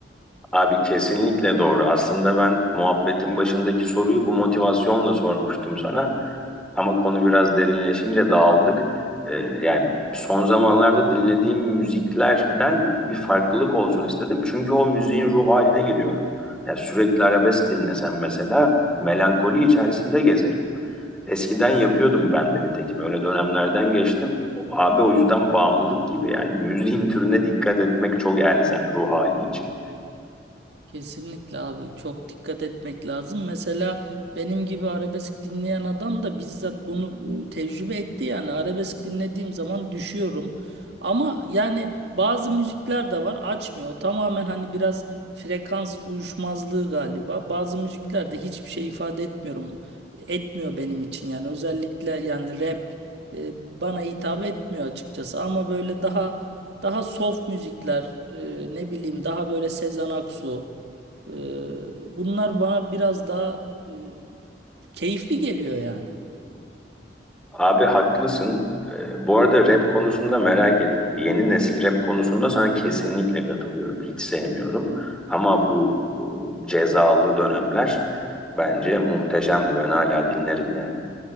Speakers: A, in the centre; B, on the right (about 65°).
A: Abi kesinlikle doğru. Aslında ben muhabbetin başındaki soruyu bu motivasyonla sormuştum sana. Ama konu biraz derinleşince dağıldık. Ee, yani son zamanlarda dinlediğim müziklerden bir farklılık olsun istedim. Çünkü o müziğin ruh haline giriyorum. Ya sürekli arabesk dinlesem mesela melankoli içerisinde gezerim. Eskiden yapıyordum ben de nitekim. Öyle dönemlerden geçtim. Abi o yüzden bağımlılık gibi yani müziğin türüne dikkat etmek çok elzem ruh hali için.
B: Kesinlikle abi çok dikkat etmek lazım. Mesela benim gibi arabesk dinleyen adam da bizzat bunu e, tecrübe etti yani arabesk dinlediğim zaman düşüyorum. Ama yani bazı müzikler de var açmıyor. O Tamamen hani biraz frekans uyuşmazlığı galiba. Bazı müzikler de hiçbir şey ifade etmiyorum. Etmiyor benim için yani özellikle yani rap e, bana hitap etmiyor açıkçası ama böyle daha daha soft müzikler e, ne bileyim daha böyle Sezen Aksu ee, bunlar bana biraz daha e, keyifli geliyor yani.
A: Abi haklısın. Ee, bu arada rap konusunda merak ettim. Yeni nesil rap konusunda sana kesinlikle katılıyorum. Hiç sevmiyorum. Ama bu, bu cezalı dönemler bence muhteşemdi. Ben hala dinlerim yani.